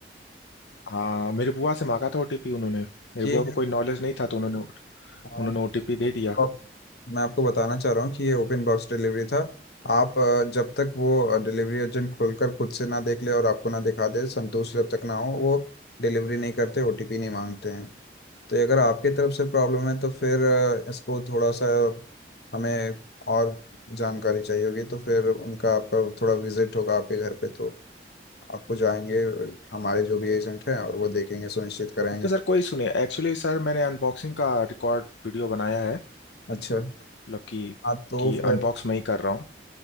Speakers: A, on the left; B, on the left.
A: हाँ मेरी बुआ से मांगा था ओटीपी उन्होंने मेरी
B: ये
A: बुआ को कोई नॉलेज नहीं था तो उन्होंने
B: आ,
A: उन्होंने ओटीपी दे दिया
B: और मैं आपको बताना चाह रहा हूँ कि ये ओपन बॉक्स डिलीवरी था आप अ, जब तक वो डिलीवरी एजेंट खोलकर खुद से ना देख ले और आपको ना दिखा दे संतोष जब तक ना हो वो डिलीवरी नहीं करते ओटीपी नहीं मांगते हैं तो ये अगर आपकी तरफ से प्रॉब्लम है तो फिर अ, इसको थोड़ा सा हमें और जानकारी चाहिए होगी तो फिर उनका आपका थोड़ा विजिट होगा आपके घर पे तो आपको जाएंगे हमारे जो भी एजेंट हैं और वो देखेंगे सुनिश्चित कराएंगे
A: ओके
B: सब
A: सर कोई सुने एक्चुअली सर मैंने अनबॉक्सिंग का रिकॉर्ड वीडियो बनाया है
B: अच्छा
A: मतलब कि
B: हाँ तो
A: कि
B: फिर
A: अनबॉक्स मैं ही कर रहा हूँ